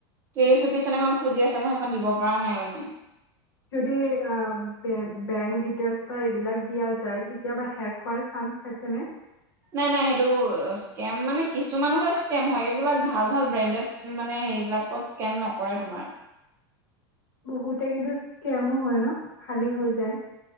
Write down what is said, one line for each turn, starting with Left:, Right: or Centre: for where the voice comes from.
Right: ক্লেৰফিকেচনৰ বাবে খুজি আছে মই সেইখন দিব পৰা নাই মানে
Left: সেইটোৱে অঁ অ বেংক দেটেলছ এইবিলাক দিয়া যাই কেতিয়াবা হেক হোৱা চাঞ্চ থাকেনে
Right: নাই নাই সেইটো স্কেম মানে কিছুমানহে স্কেম হয় এইবিলাক ভাল ভাল ব্ৰেণ্ডেডত মানে হেবিলাকত স্কেম নকৰে তোমাৰ
Left: বহুতে কিন্তু স্কেমো হয় ন খালী হৈ যায়